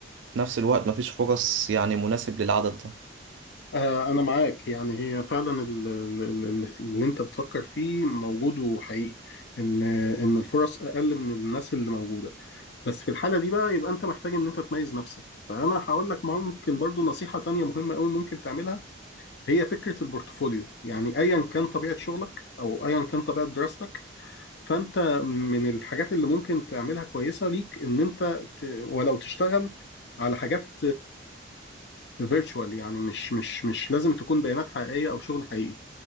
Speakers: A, on the right (about 80°); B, on the left (about 60°).
A: في نفس الوقت مفيش فرص يعني مناسب للعدد ده
B: آه، أنا معاك يعني هي فعلا ال- ال- ال- اللي أنت بتفكر فيه موجود وحقيقي إن إن الفرص أقل من الناس اللي موجودة بس في الحالة دي بقى يبقى أنت محتاج إن أنت تميز نفسك فأنا هقول لك ممكن برضو نصيحة تانية مهمة أوي ممكن تعملها هي فكرة البورتفوليو يعني أيا كان طبيعة شغلك أو أيا كان طبيعة دراستك فانت من الحاجات اللي ممكن تعملها كويسه ليك ان انت ت... ولو تشتغل على حاجات فيرتشوال يعني مش مش مش لازم تكون بيانات حقيقيه او شغل حقيقي